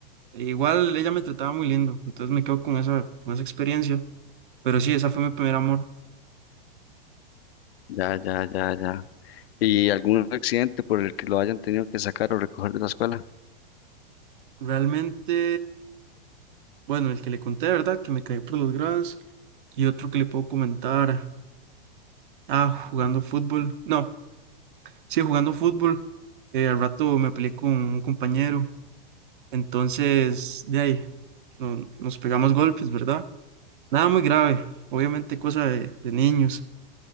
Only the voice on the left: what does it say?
Ya, ya, ya, ya. ¿Y algún accidente por el que lo hayan tenido que sacar o recoger de la escuela?